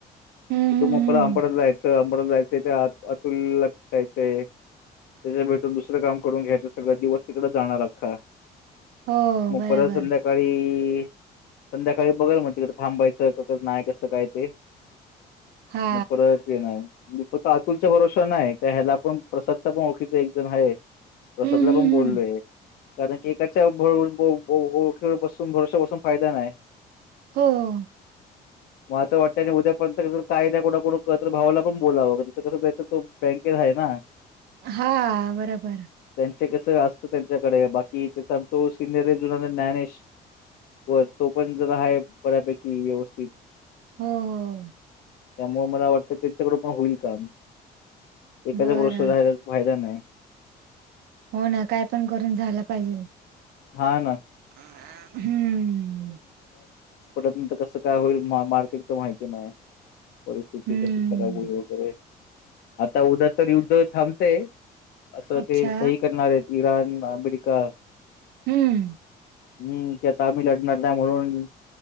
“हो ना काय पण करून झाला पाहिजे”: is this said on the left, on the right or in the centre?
Right